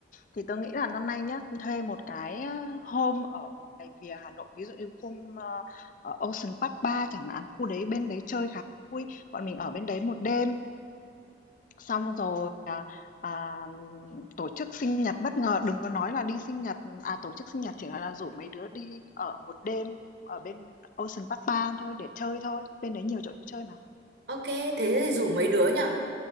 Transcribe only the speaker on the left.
Thì tôi nghĩ là năm nay nhá, thuê một cái, a, home ở ngoài vỉa Hà Nội, ví dụ như khu, ơ, ở Ocean Park ba chẳng hạn, khu đấy bên đấy chơi khá vui. Bọn mình ở bên đấy một đêm, xong rồi, à, à, tổ chức sinh nhật bất ngờ, đừng có nói là đi sinh nhật à, tổ chức sinh nhật chỉ là rủ mấy đứa đi ở một đêm ở bên Ocean Park ba thôi để chơi thôi, bên đấy nhiều chỗ chơi mà.